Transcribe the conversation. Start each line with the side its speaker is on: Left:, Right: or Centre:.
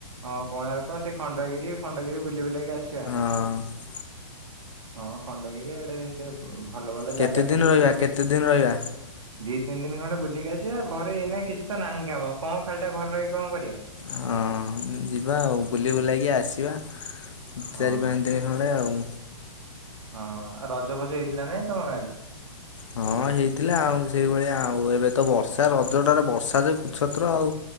Right: ହଁ, କୋଣାର୍କ, ସେ ଖଣ୍ଡଗିରି ଫଣ୍ଡଗିରି ବୁଲି ବୁଲାକି ଆସିବା।
Left: ହଁ।
Right: ହଁ ଖଣ୍ଡଗିରି ଆଡେ ସେ ଭଲ ଭଲ
Left: କେତେ
Right: ଜାଗା
Left: ଦିନ
Right: ସେଠି ଥିବ
Left: ରହିବା କେତେ
Right: ତି
Left: ଦିନ ରହିବା?
Right: ଦି ତିିନି ଦିନ ଖଣ୍ଡେ ବୁଲିକି ଆ ସିବା। ଘରେ ଏଇନା କିଛି ଟ ନାହିଁ କାମ, କଣ ଖାଲିଟା ଘରେ ରହିି କଣ କରିବା?
Left: ହଁ ଯିବା ଆଉ, ବୁଲି ବୁଲେଇକି ଆସିବା,
Right: ହଁ
Left: ଚାରି ପାଞ୍ଚ ଦିନ ଖଣ୍ଡେ ଆଉ।
Right: ହଁ ଆଉ ରଜ ଫଜ ହେଇଥିଲା ନାଇଁ ତମ ଗାଁରେ?
Left: ହଁ ହେଇଥିଲା ଆଉ, ସେଇଭଳିଆ ଆଉ, ଏବେ ତ ବର୍ଷା ରଜଟାରେ ବର୍ଷା ଯେ କୁଛତ୍ର ଆଉ।